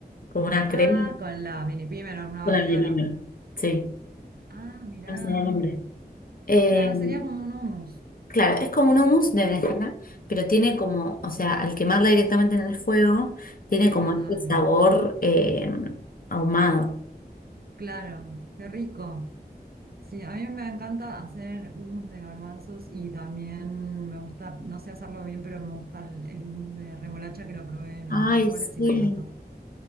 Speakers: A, on the left; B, on the right.
A: como una crema.
B: ah, con la mini pimer en una
A: Una
B: batidora.
A: melina. Sí,
B: Ah, mirá.
A: no sé el nombre. Em,
B: Claro, sería como un hummus.
A: Claro, es como un hummus de berenjena, pero tiene como, o sea, al quemarla directamente en el fuego, tiene como
B: Claro,
A: este sabor eh, ahumado.
B: claro, qué rico. Sí, a mí me encanta hacer hummus de garbanzos y también me gusta, no sé hacerlo bien, pero me gusta el, el hummus de remolacha que lo probé en
A: Ay,
B: algunos lugares
A: sí.
B: y me encantó.